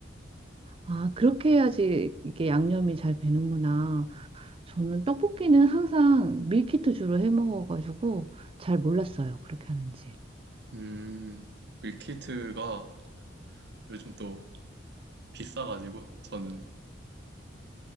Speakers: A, on the right; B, on the right.
A: 아, 그렇게 해야지 이게 양념이 잘 배는구나. 저는 떡볶이는 항상 밀키트 주로 해 먹어가지고 잘 몰랐어요. 그렇게 하는지.
B: 음, 밀키트가 요즘 또 비싸가지고 저는